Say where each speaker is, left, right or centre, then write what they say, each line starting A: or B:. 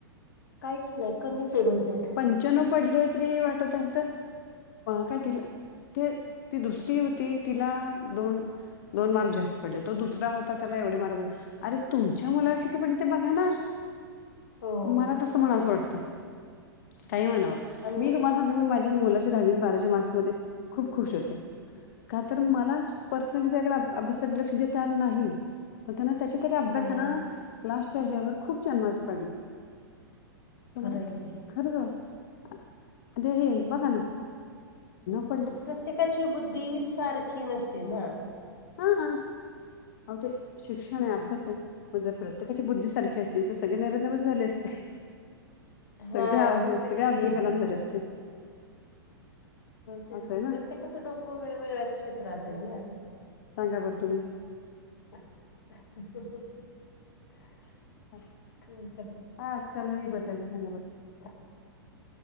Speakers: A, on the left (about 60°); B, on the left (about 45°).
A: काहीच नाही कमीच आहे म्हणतात
B: पंचन पडले तरी वाटत असत काय तिला ते ती दुसरी होती तिला दोन दोन मार्क जास्त पडले तो दुसरा होता त्याला एवढे मार्क अरे तुमच्या मुलाला किती पडल ते बघा ना
A: हो
B: मला तसं म्हणाचं वाटतं काही म्हणाव
A: आणि
B: मी
A: ते
B: तुम्हाला सांगत मी माझ्या मुलाच्या दहाावीन बाराशे मार्च मध्ये खूप खुश होते का तर मला पर्सनली त्या अभ्या लक्ष देता आ नाही पण त्यां त्या त्याच्या अभ्यासान
A: हो
B: क्लासच्यार्च्यावर खूप जन्मास पडले सो
A: खरं
B: मला
A: आहे ते
B: खरच वाट अे हे बघा ना भ
A: प्रत्येकाची बुद्धी सारखी नसते ना
B: हा ह हो ते शिक्ण आहे अभ्यास आहे म्हझ प्रश काची बुद्धीसारख असती तर सगळे नरेंदामध झाले असते
A: हा
B: सगळे
A: मतसकीि
B: सगळे अब्दुल कलाम झाले
A: अ
B: असते
A: तेच
B: असं
A: की
B: आहे
A: प्रत्येकाचं
B: ना
A: डोकं वेगवेगळ्याच क्षेत्रात आहे ना
B: सांगा बरं तुम्ही
A: <inaudible>
B: ह
A: काय
B: हा आजकाल बतल ह ब
A: ह